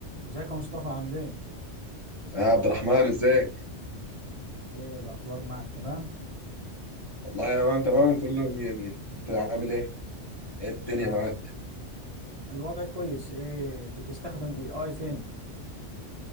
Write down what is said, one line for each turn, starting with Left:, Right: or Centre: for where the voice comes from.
Right: ازيك يا مصطفى عامل ايه؟
Left: يا عبد الرحمن ازيك؟
Right: ايه الاخبار معك تمام؟
Left: والله يا مان تمام كله مية مية انت عامل ايه؟ ايه الدنيا
Right: تمام
Left: معاك؟
Right: الوضع كويس ايه بتستخدم اي اي فين؟